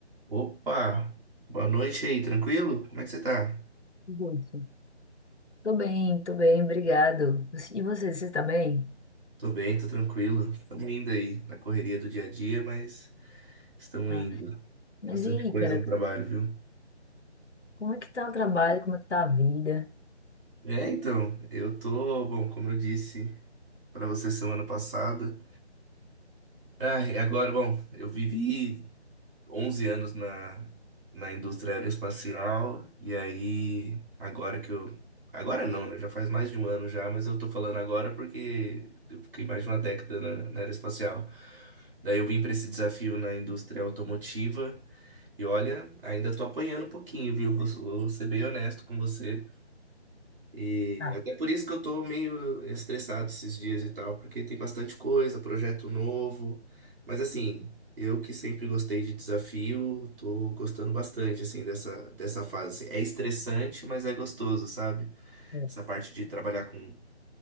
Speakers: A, on the right (about 50°); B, on the left (about 80°).
A: Opa, boa noite aí, tranquilo? Como é que você tá?
B: Russo. Tô bem, tô bem, obrigado. E você, você tá bem?
A: Tô bem, tô tranquilo. Estamos indo aí na correria do dia a dia, mas estamos
B: Ah,
A: indo.
B: mas
A: Bastante
B: e aí,
A: coisa
B: cara,
A: no trabalho, viu?
B: como é que tá o trabalho, como é que tá a vida?
A: É, então, eu tô, bom, como eu disse pra você semana passada. Ah, e agora, bom, eu vivi 11 anos na, na indústria aeroespacial, e aí, agora que eu. Agora não, né? Já faz mais de um ano já, mas eu tô falando agora porque eu fiquei mais de uma década na, na aeroespacial. Daí eu vim para esse desafio na indústria automotiva, e olha, ainda tô apanhando um pouquinho, viu? Vou, vou ser bem honesto com você. E
B: Ah,
A: até por isso que eu tô meio estressado esses dias e tal, porque tem bastante coisa, projeto novo. Mas assim, eu que sempre gostei de desafio, tô gostando bastante assim dessa dessa fase. assim. É estressante, mas é gostoso, sabe?
B: é,
A: Essa parte de trabalhar com